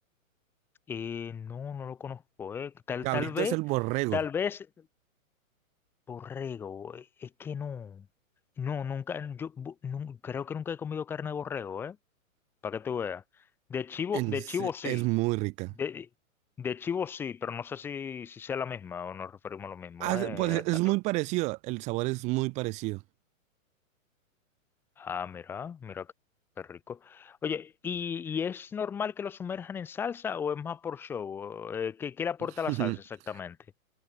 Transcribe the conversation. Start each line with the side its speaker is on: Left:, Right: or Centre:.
Centre: Eh, no, no lo conozco, eh. Tal,
Right: Cabrito
Centre: tal vez,
Right: es el borrego.
Centre: tal vez Borrego, eh, es que no, no, nunca, yo bu- nun- creo que nunca he comido carne de borrego, ¿eh? Para que tú veas. De chivo,
Right: En
Centre: de
Right: se-
Centre: chivo sí,
Right: es muy rica.
Centre: de, de chivo sí, pero no sé si, si sea la misma o nos referimos a lo mismo,
Right: Ah,
Centre: ¿eh?
Right: pues
Centre: A-
Right: es
Centre: a-
Right: muy parecido. El sabor es muy parecido.
Centre: Ah, mira, mira qué qué rico. Oye, ¿y, y es normal que lo sumerjan en salsa o es más por show? Eh, ¿qué, qué le aporta
Right: <laughs>
Centre: la salsa exactamente?